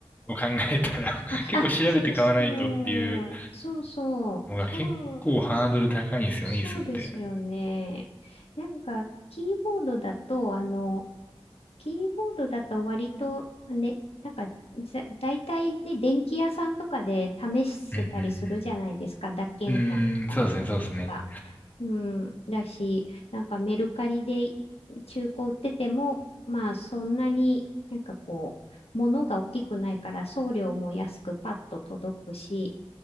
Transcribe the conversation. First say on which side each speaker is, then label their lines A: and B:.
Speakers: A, on the left (about 15°); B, on the left (about 80°).
A: を考えたら
B: あー、
A: <laughs> 結構調べて買わないとっていう
B: あ、そうそう、そうそう、
A: のが結構ハードル高いんですよね、
B: そう、そうですよね。
A: 椅子って。
B: なんか、キーボードだと、あの、キーボードだと割とね、なんかざ大体ね、電気屋さんとかで試せたりするじゃないですか、
A: うんうんうん。
B: 脱鍵感みたいなのとか。
A: うーん、そうですね、そうですね。
B: うん、だし、なんかメルカリで中古売ってても、まあそんなになんかこう、物が大きくないから送料も安くパッと届くし、